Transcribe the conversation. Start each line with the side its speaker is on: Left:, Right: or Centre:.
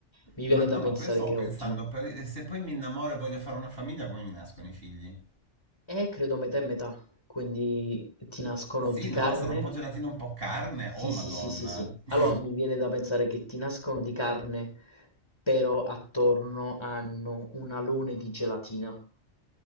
Left: mi
Right: Ma
Left: viene
Right: no,
Left: da pensare
Right: ma poi stavo
Left: che
Right: pensando,
Left: è ottimo.
Right: per- eh, se poi mi innamoro e voglio fare una famiglia, come mi nascono i figli?
Left: Eh, credo metà e metà, quindi ti nascono
Right: Sì,
Left: di carne?
Right: no, sarà un po' gelatina, un po' carne.
Left: Sì,
Right: Oh, Madonna.
Left: sì, sì, sì, sì.
Right: <laughs>
Left: Allora mi viene da pensare che ti nascono di carne, però attorno hanno un alone di gelatina.